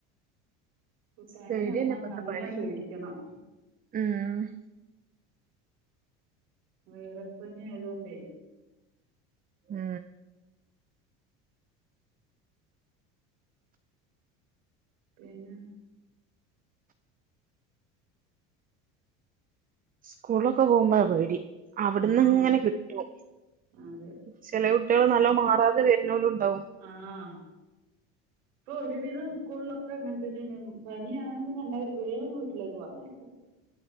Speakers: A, on the right (about 80°); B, on the right (about 25°).
A: ഇപ്പ പനി
B: പേടിയന്നെ
A: വന്നാ
B: ഇപ്പത്തെ
A: നല്ലം
B: പനി
A: പേടിക്കണം.
B: ഉം
A: വൈറൽപ്പനി ആയതോണ്ടെ
B: ഉം
A: പിന്ന
B: സ്കൂൾളൊക്ക പോവുമ്പയ പേടി അവിട്ന്ന്
A: ആ
B: ഇങ്ങനെ കിട്ടും
A: അതെ
B: ചെല കുട്ട്യോള് നല്ലൊം മാറാതെ വര്ന്നോലുണ്ടാവും
A: ആഹ് ഇപ്പൊ ഒരു വിധം സ്കൂൾലൊക്ക ഇങ്ങൻതന്നേണ്‌ പനിയാണെന്ന് കണ്ട ഓര് വേം വീട്ടിലേക്ക്പറഞ്ഞയക്കും